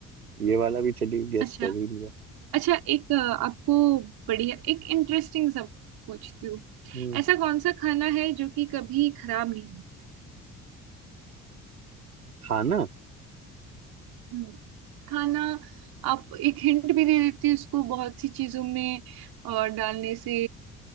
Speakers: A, on the right (about 85°); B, on the right (about 55°).
A: ये वाला भी चलिए गेस
B: अच्छा
A: कर ही लिया
B: अच्छा एक अ, आपको बढ़िया एक इंटरेस्टिंग सा पूछती हूँ
A: हम्म
B: ऐसा कौन सा खाना है जो कि कभी खराब नहीं होता
A: खाना
B: हम्म, खाना आप एक हिंट भी दे देती है इसको बहुत सी चीजों में और डालने से